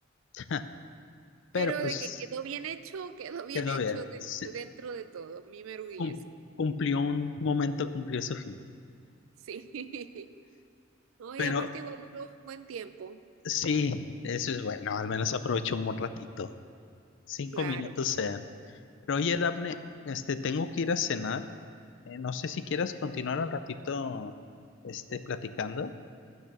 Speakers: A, on the left; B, on the right.
A: <laughs> Pero
B: Pero
A: pues
B: de que quedó bien hecho, quedó bien
A: quedó
B: hecho
A: bien. Se-
B: de- dentro de todo. Mi merguillez.
A: cum- cumplió un momento, cumplió su fin.
B: Sí. <laughs> No,
A: Pero
B: y aparte igual duró un buen tiempo.
A: sí, eso es bueno. Al menos aprovechó un ratito. Cinco
B: Claro.
A: minutos sean. Pero oye, Daphne, este, tengo que ir a cenar. Eh, no sé si quieras continuar un ratito, este, platicando.